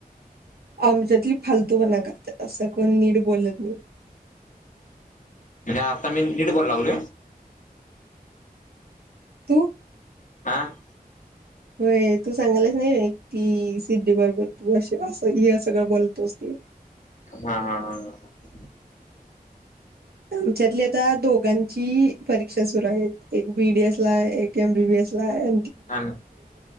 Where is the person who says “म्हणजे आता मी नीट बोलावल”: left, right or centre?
Left